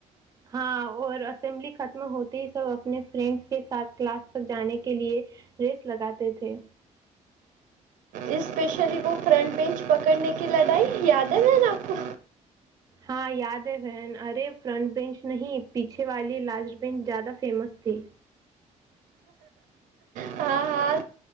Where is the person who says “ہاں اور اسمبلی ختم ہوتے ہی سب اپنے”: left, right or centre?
Right